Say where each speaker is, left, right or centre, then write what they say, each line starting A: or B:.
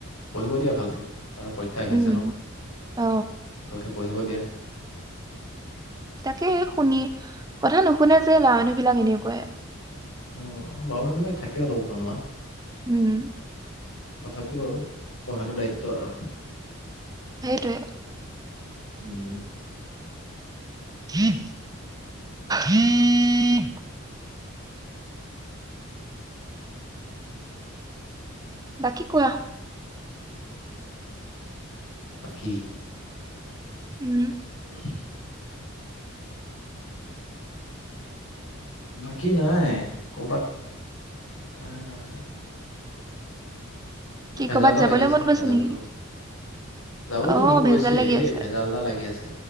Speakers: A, on the left; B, on the right.
A: পঢ়িব দিয়া ভালকে। তাৰ পৰীক্ষা আহি
B: উম
A: আছে ন,
B: অ
A: ভালকে পঢ়িব দিয়া।
B: তাকে শুনি কথা নুশুনে যে ল'ৰা মানুহবিলাক এনেকুৱাই।
A: অ', ল'ৰা মানুহবিলাক থাকে অলপ উতনুৱা।
B: উম।
A: তথাপিও পঢ়াটো দায়িত্ব আৰু।
B: সেইটোৱে।
A: উম
B: উম উম <unintelligible> বাকী কোৱা?
A: বাকি
B: উম
A: ব <unintelligible> বাকী নাই কৰ'বাত আহ। এ
B: কি
A: ভেজাল
B: কৰ'বাত
A: এটা
B: যাবলৈ
A: লাগি আছে
B: মন গৈছে
A: ভেজালটো
B: নেকি
A: যাবলৈতো
B: অ
A: মন
B: ভেজাল
A: গৈছে
B: লাগি
A: হেই
B: আছে
A: ভেজাল এটা লাগি আছে